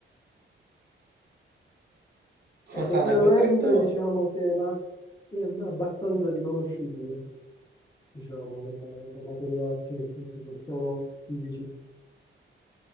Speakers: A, on the right; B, on the left.
A: Fontana
B: Effettivamente
A: col Trittone.
B: diciamo che la, è abbastanza riconoscibile, diciamo, la, dalla colorazione e tutto, se sono dici.